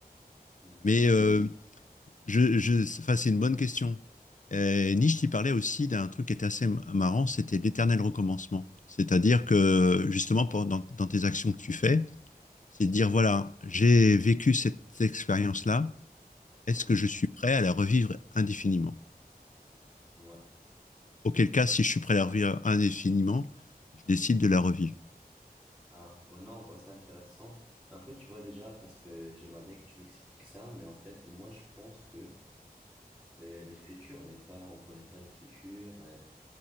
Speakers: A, in the centre; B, on the left.
A: Mhm.
B: Mais euh, je, je, enfin, c'est une bonne question. Et Nietzsche, il parlait aussi d'un truc qui était assez marrant, c'était l'éternel recommencement. C'est-à-dire que justement, pour, dans, dans, tes actions que tu fais, c'est de dire, voilà, j'ai vécu cette expérience-là, Est-ce
A: Ouais,
B: que je suis prêt à la revivre indéfiniment?
A: ouais.
B: Auquel cas, si je suis prêt à la revivre indéfiniment, je décide de la revivre.
A: Ah, ouais, non, on voit ça intéressant. En fait, tu vois déjà, parce que j'aimerais bien que tu m'expliques ça, mais en fait, moi, je pense que euh, le futur n'est pas, on connaît pas le futur, euh,